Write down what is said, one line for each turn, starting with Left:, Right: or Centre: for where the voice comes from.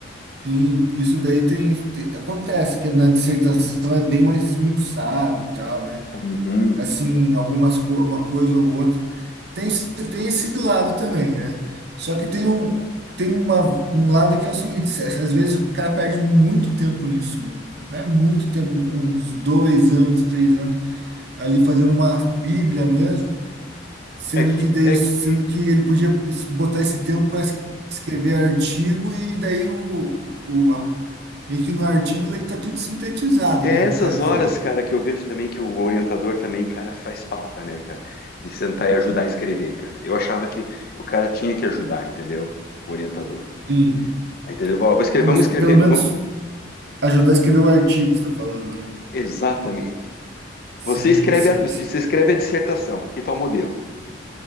Right: Sim, isso daí tem, tem- acontece que na dissertação é bem mais esmiuçado, e tal, né?
Left: Uhum.
Right: Assim, algumas co- uma coisa ou outra. Tem, esse- tem esse lado também, né? Só que tem um tem uma, um lado que é o seguinte, cê- às vezes o cara perde muito tempo nisso, né? Mas É muito tempo, uns dois anos, três anos, ali fazendo uma bíblia mesmo. Sendo
Left: É que,
Right: que daí,
Left: é
Right: sendo
Left: que
Right: que ele podia es- botar esse tempo para escrever artigo e daí o, o a- meio que no artigo ele tá tudo sintetizado,
Left: é
Right: né,
Left: essas
Right: que o cara
Left: horas,
Right: fez.
Left: cara, que eu vejo também que o orientador também, cara, faz falta, né, cara? De sentar e ajudar a escrever, cara. Eu achava que o cara tinha que ajudar, entendeu? O orientador.
Right: Sim.
Left: Aí, Entendeu? Ó, Vou escrever,
Right: É, mas
Left: vamos
Right: pelo
Left: escrever.
Right: menos
Left: Vamos...
Right: ajudar a escrever o artigo, você tá falando, né?
Left: Exatamente.
Right: Sim,
Left: Você escreve
Right: sim,
Left: a, você
Right: sim.
Left: escreve a dissertação, aqui está o modelo.